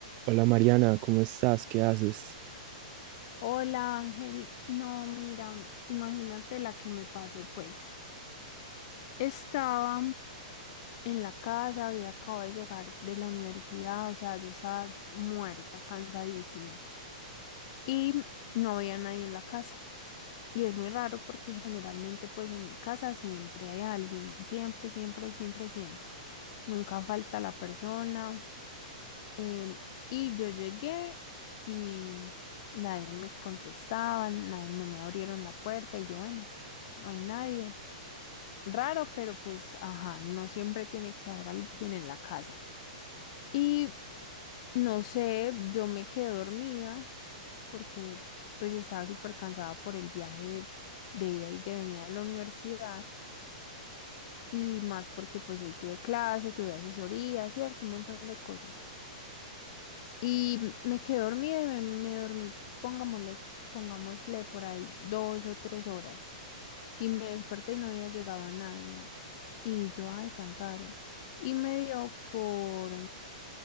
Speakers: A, on the right (about 35°); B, on the left (about 50°).
A: Hola Mariana, ¿cómo estás? ¿Qué haces?
B: Hola Ángel, no, mira, imagínate la que me pasó, pues. Estaba en la casa, había acabado de llegar de la universidad, o sea, yo estaba muerta, cansadísima y no había nadie en la casa. Y es muy raro porque generalmente pues en mi casa siempre hay alguien, siempre, siempre, siempre, siempre. Nunca falta la persona. Em, y yo llegué y nadie me contestaba, na- no me abrieron la puerta y yo, bueno, no hay nadie. Raro, pero pues, ajá, no siempre tiene que haber alguien en la casa. Y no sé, yo me quedé dormida porque pues estaba súper cansada por el viaje de ida y de venida de la universidad y más porque pues hoy tuve clase, tuve asesoría, cierto, un montón de cosas. Y me quedé dormida y me, me dormí, pongámosle, pongámosle por ahí dos o tres horas. Y me desperté y no había llegado a nadie. Y yo, ay, tan raro. Y me dio por,